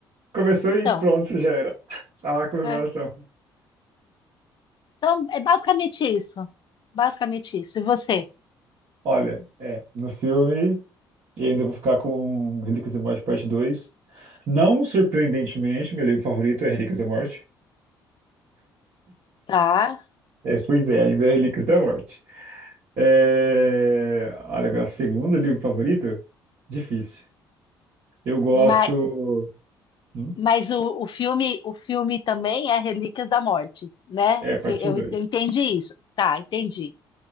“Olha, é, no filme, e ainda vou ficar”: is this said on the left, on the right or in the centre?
Right